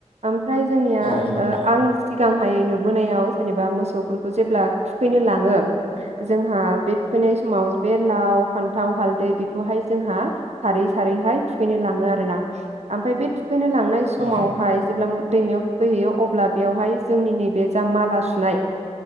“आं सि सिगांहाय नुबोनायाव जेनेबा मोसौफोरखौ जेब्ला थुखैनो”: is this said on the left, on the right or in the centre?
Right